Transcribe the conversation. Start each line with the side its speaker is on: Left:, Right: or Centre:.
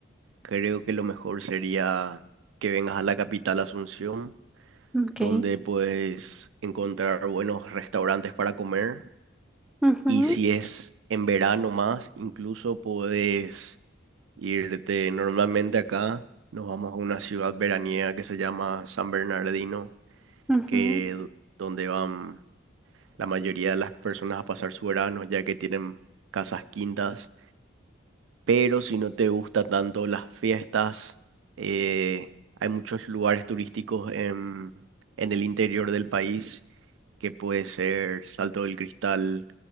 Right: creo que lo mejor sería que vengas a la capital Asunción,
Centre: Ok.
Right: donde puedes encontrar buenos restaurantes para comer.
Centre: ujú,
Right: Y si es en verano más, incluso puedes irte normalmente acá. Nos vamos a una ciudad veraniega que se llama San Bernardino,
Centre: ujú,
Right: que donde van la mayoría de las personas a pasar su verano, ya que tienen casas quintas. Pero si no te gusta tanto las fiestas, eh, hay muchos lugares turísticos en, en el interior del país, que puede ser Salto del Cristal,